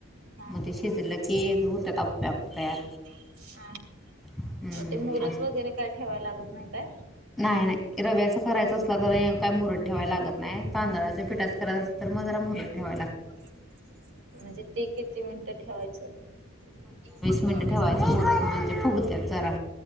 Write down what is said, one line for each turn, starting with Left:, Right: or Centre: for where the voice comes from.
Right: हा
Centre: मग ते शिजलं की होत आप्पे आप तयार.
Right: हं,
Centre: हम्म
Right: मग ते मुरत वगैरे काय ठेवाय लागत नाही काय?
Centre: नाय, नाय रव्याच करायचं असलं तरी काय मुरत ठेवायला लागत नाही. तांदळाच्या पिठाच करायचं असलं तर <unintelligible> मग जरा मुरत ठेवायचं.
Right: <inaudible> मजे ते किती म्हणत्यात? ठेवायचं. एक पंधरा
Centre: मिनटं
Right: वीस
Centre: ठेवायचं
Right: मिनिट ठेवाय
Centre: मुरत म्हणजे फुगत्यात जरा